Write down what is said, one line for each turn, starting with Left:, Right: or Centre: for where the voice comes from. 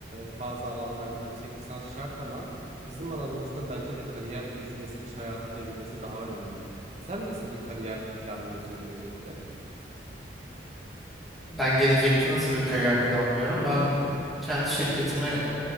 Right: e, bazı alanlarda yüksek lisans şart ama bizim alanımızda bence de kariyer tecrübesi, iş hayatı tecrübesi daha önemli. Sen nasıl bir kariyer planlıyorsun gelecekte?
Centre: Ben gelecekte nasıl bir kariyer planlıyorum? Ben
Right: Hı hı
Centre: kendi şirketimi